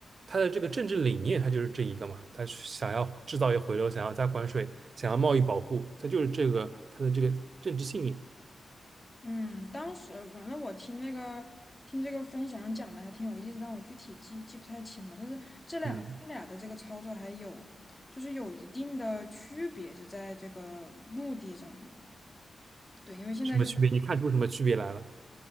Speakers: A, on the right; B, on the left.
A: 他的这个政治理念，他就是这一个嘛，他是想要制造业回流，想要加关税，想要贸易保护，他就是这个他的这个政治信念。
B: 嗯，当时反正我听那个听这个分享讲的还挺有意思，但我具体记记不太清了。但是这两他们俩的这个操作还有就是有一定的区别，
A: 嗯，
B: 就在这个目的上面。对，因为现在就是
A: 什么区别？你看出什么区别来了？